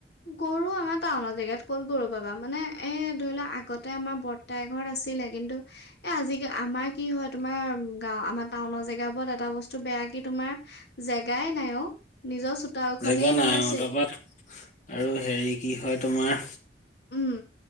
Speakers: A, on the left; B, on the left.
A: গৰু আমাৰ টাউনৰ জেগাত ক'ত গৰু পাবা। মানে এই ধৰি লোৱাক আগতে আমাৰ বৰ্তাই ঘৰত আছে। ছিলে কিন্তু, এ আজিাল আমাৰ কি হয় তোমাৰ গা আমাৰ টাউনৰ জেগা বোৰত এটা বস্তু বেয়া বাকী তোমাৰ দেখা নাই অ'। চোতাল খনেই
B: জেগা নাই
A: তোমাৰ
B: অতপাত
A: চে
B: আৰু হেৰি কি হয় তোমাৰ
A: উম'।